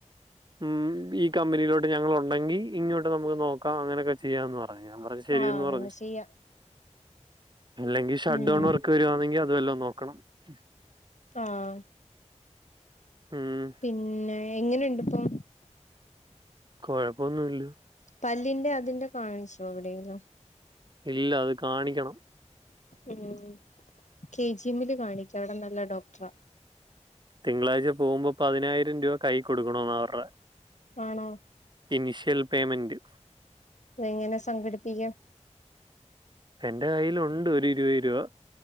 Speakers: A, on the right; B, on the left.
A: മ് ഈ കമ്പനിയിലോട്ട് ഞങ്ങളുണ്ടെങ്കി ഇങ്ങോട്ട് നമുക്ക് നോക്കാം അങ്ങനെയൊക്കെ ചെയ്യാംന്ന് പറഞ്ഞ അത് ഞാൻ പറഞ് ശെരിയന്ന്
B: ആഹ് അങ്ങനെ
A: പറഞ്ഞ്
B: ചെയ്യാം
A: അല്ലെകി ഷട്ഡൗൺ
B: ഉം
A: വർക്ക് വരുവാന്നെങ്കി അത് വലൊം നോക്ക ക്കണം ഹ്
B: ആഹ്ആ
A: ഉം
B: പിന്നെ എങ്ങന്ണ്ട് ത്തും
A: കൊഴപ്പൊന്നുല്ല
B: പല്ലിന്റെ അതിന്റെ കാണിച്ചോ എവിടെലും
A: ഇല്ല അത് കാണിക്കണം
B: ഉംഹ് കെ ജി എമ്മില് കാണിക്ക് അവിടെ നല്ലെ ഡോക്ടറാ
A: തിങ്കളാഴ്ച പോവുമ്പോ പതിനായിരം രൂവ കൈ കൊടുക്കാണോന്ന് അവറെ
B: ആണോ?
A: ഇനിഷ്യൽ പേയ്മെൻറ്
B: അതങ്ങനെ സംഘടിപ്പിക്കാം
A: എന്റെ കയ്യിലുണ്ട് ഒരു ഇരുവത് രൂപ